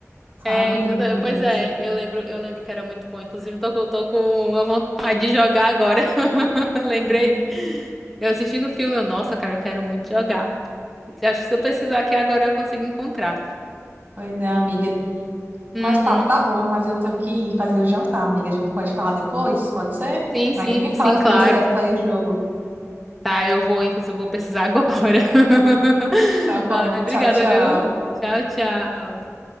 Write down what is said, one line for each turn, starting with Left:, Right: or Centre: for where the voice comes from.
Right: Sabe?
Centre: É, eu ta-
Right: Mas...
Centre: pois é, eu lembro, eu lembro que era muito bom. Inclusive, tô, com- tô com uma vontade de jogar agora. <laughs> Lembrei.
Right: <laughs>
Centre: Eu assistindo o filme, eu, nossa, cara, eu quero muito jogar. Acho que se eu pesquisar aqui agora eu consigo encontrar.
Right: Pois é, amiga. Mas
Centre: Uhum.
Right: tá, tá bom, mas eu tenho que ir fazer o jantar, amiga. A gente pode falar depois, pode ser?
Centre: Sim,
Right: Aí
Centre: sim,
Right: tu me fala
Centre: sim,
Right: se
Centre: claro.
Right: deu certo aí o jogo.
Centre: Tá, eu vou, inclusive, eu vou pesquisar agora. <laughs>
Right: Tá bom,
Centre: Ai, obrigada,
Right: tchau, tchau.
Centre: viu? Tchau, tchau.